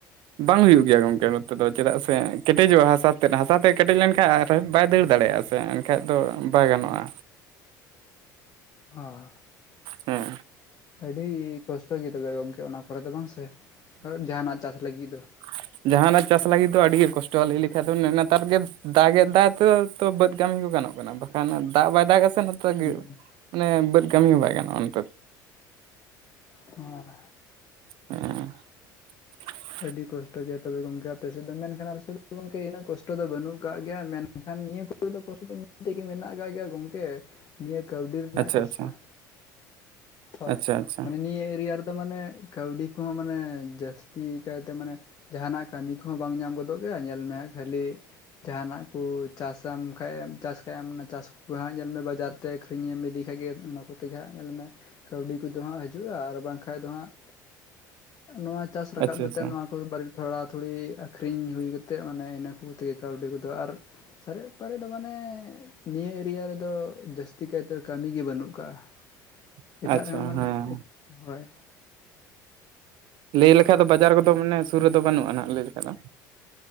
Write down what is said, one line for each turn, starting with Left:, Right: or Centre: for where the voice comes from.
Right: ᱵᱟᱝ ᱦᱩᱭᱩᱜ ᱜᱮᱭᱟ ᱜᱚᱢᱠᱮ ᱱᱚᱛᱮ ᱫᱚ, ᱪᱮᱫᱟᱜ ᱥᱮ ᱠᱮᱴᱮᱡᱚᱜᱼᱟ ᱦᱟᱥᱟ ᱛᱮᱫ ᱦᱟᱥᱟᱛᱮ ᱠᱮᱴᱮᱡ ᱞᱮᱱᱠᱷᱟᱡᱽ ᱟᱨᱚᱸ ᱵᱟᱭ ᱫᱟᱹᱲ ᱫᱟᱲᱮᱭᱟᱜᱼᱟ ᱥᱮ᱾ ᱥᱮ ᱮᱱᱠᱷᱟᱡ ᱫᱚ ᱵᱟᱭ ᱜᱟᱱᱚᱜᱼᱟ᱾
Left: ᱦᱟᱸ
Right: ᱦᱮᱸ
Left: ᱟᱹᱰᱤ ᱠᱚᱥᱴᱚ ᱜᱮ ᱛᱚᱵᱮ ᱜᱚᱢᱠᱮ᱾ ᱚᱱᱟ ᱠᱚᱨᱮ ᱫᱚ ᱵᱟᱝ ᱥᱮ ᱡᱟᱸᱦᱟᱱᱟᱜ ᱪᱟᱥ ᱞᱟᱹᱜᱤᱫ ᱫᱚ᱾
Right: <unintelligible> ᱡᱟᱸᱦᱟᱱᱟᱜ ᱪᱟᱥ ᱞᱟᱹᱜᱤᱫ ᱫᱚ ᱟᱹᱰᱤᱜᱮ ᱠᱚᱥᱴᱚᱜᱼᱟ ᱞᱟᱹᱭ ᱞᱮᱠᱷᱟᱡ ᱫᱚ ᱱᱮᱛᱟᱨ ᱜᱮ ᱫᱟᱜᱮᱫᱟᱭ ᱛᱚ ᱛᱚ ᱵᱟᱹᱫᱽ ᱠᱟᱹᱢᱤ ᱠᱚ ᱜᱟᱱᱚᱜ ᱠᱟᱱᱟ᱾ ᱵᱟᱠᱷᱟᱱ ᱫᱟᱜ ᱵᱟᱭ ᱫᱟᱜᱼᱟ ᱥᱮ ᱱᱚᱛᱮ
Left: ᱦᱩᱸ
Right: ᱜᱮ ᱢᱟᱱᱮ ᱵᱟᱹᱫᱽ ᱠᱟᱹᱢᱤ ᱦᱚᱸ ᱵᱟᱭ ᱜᱟᱱᱚᱜᱼᱟ ᱚᱱᱛᱮ᱾
Left: <unintelligible>
Right: ᱦᱩᱸ <inaudible>
Left: ᱟᱹᱰᱤ ᱠᱚᱥᱴᱚ ᱜᱮᱭᱟ ᱛᱚᱵᱮ ᱜᱚᱢᱠᱮ ᱟᱯᱮ ᱥᱮᱫ ᱫᱚ ᱢᱮᱱᱠᱷᱟᱱ ᱟᱞᱮᱥᱮᱫ ᱫᱚ ᱜᱚᱢᱠᱮ ᱩᱱᱟᱹᱜ ᱠᱚᱥᱴᱚ ᱫᱚ ᱵᱟᱹᱱᱩᱜ ᱠᱟᱜ ᱜᱮᱭᱟ, ᱢᱮᱱ ᱮᱱᱠᱷᱟᱱ ᱱᱤᱭᱟᱹ ᱠᱚᱨᱮ ᱫᱚ ᱠᱚᱥᱴᱚ ᱫᱚ ᱢᱤᱫᱴᱮᱡ ᱜᱮ ᱢᱮᱱᱟᱜ ᱟᱠᱟᱫ ᱜᱮᱭᱟ ᱜᱚᱝ ᱮ ᱱᱤᱭᱟᱹ ᱠᱟᱹᱣᱰᱤ ᱨᱮᱱᱟᱜ
Right: ᱟᱪᱪᱷᱟ
Left: ᱠᱚᱥᱴᱚ᱾
Right: ᱟᱪᱪᱷᱟ
Left: ᱦᱳᱭ,
Right: ᱟᱪᱪᱷᱟ ᱟᱪᱪᱷᱟ
Left: ᱢᱟᱱᱮ ᱱᱤᱭᱟᱹ ᱮᱨᱤᱭᱟ ᱨᱮᱫᱚ ᱢᱟᱱᱮ ᱠᱟᱹᱣᱰᱤ ᱠᱚᱦᱚᱸ ᱢᱟᱱᱮ ᱡᱟᱹᱥ ᱛᱤ ᱠᱟᱭᱛᱮ ᱢᱟᱱᱮ ᱡᱟᱸᱦᱟᱱᱟᱜ ᱠᱟᱹᱢᱤ ᱠᱚᱦᱚᱸ ᱵᱟᱝ ᱧᱟᱢ ᱜᱚᱫᱚᱜ ᱜᱮᱭ, ᱟ ᱧᱮᱞᱢᱮᱦᱟᱸᱜ ᱠᱷᱟᱹᱞᱤ ᱡᱟᱸᱦᱟᱱᱟᱜ ᱠᱚ ᱪᱟᱥᱟᱢ ᱠᱷᱟᱡ ᱪᱟᱥ ᱠᱷᱟᱢ ᱚᱱᱟ ᱪᱟᱥ <unintelligible> ᱧᱮᱞᱢᱮ ᱵᱟᱡᱟᱨ ᱛᱮ ᱟᱹᱠᱷᱨᱤᱧ ᱮᱢ ᱤᱫᱤ ᱠᱷᱟᱡ ᱜᱮ ᱚᱱᱟ ᱠᱚᱛᱮ ᱜᱮ ᱦᱟᱸᱜ ᱧᱮᱞᱢᱮ ᱠᱟᱹᱣᱰᱤ ᱠᱚᱫᱚ ᱦᱟᱸᱜ ᱦᱤᱡᱩᱜᱼᱟ ᱟᱨ ᱵᱟᱝᱠᱷᱟᱡᱽ ᱫᱚ ᱦᱟᱸᱜ ᱱᱚᱣᱟ ᱪᱟᱥ ᱨᱟᱠᱟᱵ
Right: ᱟᱪᱪᱷᱟ
Left: ᱠᱟᱛᱮᱜ ᱱᱚᱣᱟ
Right: ᱟᱪᱪᱷᱟ
Left: ᱵᱟᱨᱮ ᱛᱷᱚᱲᱟ ᱛᱷᱩᱲᱤ ᱟᱠᱷᱨᱤᱧ ᱦᱩᱭ ᱠᱟᱛᱮᱫ ᱢᱟᱱᱮ ᱤᱱᱟᱹ ᱠᱚ ᱛᱮᱜᱮ ᱠᱟᱹᱣᱰᱤ ᱠᱚᱫᱚ᱾ ᱟᱨ ᱥᱟᱨᱮᱡ ᱯᱟᱨᱮᱡᱽ ᱫᱚ ᱢᱟᱱᱮ ᱱᱤᱭᱟᱹ ᱮᱨᱤᱭᱟ ᱨᱮᱫᱚ ᱡᱟᱹᱥᱛᱤ ᱠᱟᱭᱛᱮ ᱠᱟᱹᱢᱤ ᱜᱮ ᱵᱟᱹᱱᱩᱜ ᱟᱠᱟᱜᱼᱟ᱾
Right: <unintelligible>
Left: ᱮᱴᱟᱜ ᱨᱮᱸᱦᱚ ᱢᱟᱱᱮ
Right: ᱦᱮᱸ
Left: ᱦᱳᱭ᱾
Right: ᱞᱟᱹᱭ ᱞᱮᱠᱷᱟᱡ ᱫᱚ ᱵᱟᱡᱟᱨ ᱠᱚᱫᱚ ᱢᱟᱱᱮ ᱥᱩᱨ ᱨᱮᱫᱚ ᱵᱟᱹᱱᱩᱜᱼᱟ ᱱᱟᱜᱷ ᱞᱟᱹᱭ ᱞᱮᱠᱷᱟᱡ ᱫᱚ᱾